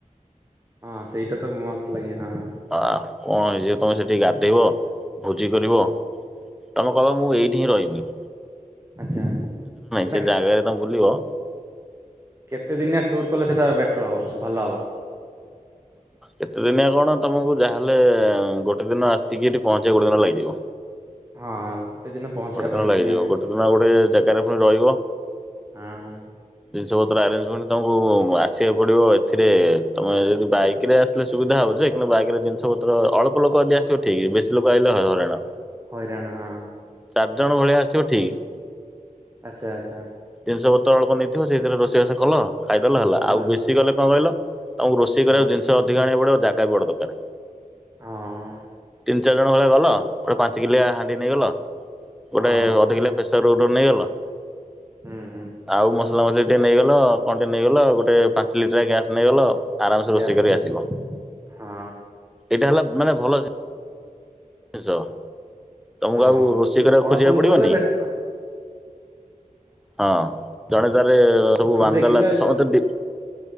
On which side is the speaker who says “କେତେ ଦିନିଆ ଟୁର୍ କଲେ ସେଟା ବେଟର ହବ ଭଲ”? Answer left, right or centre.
Right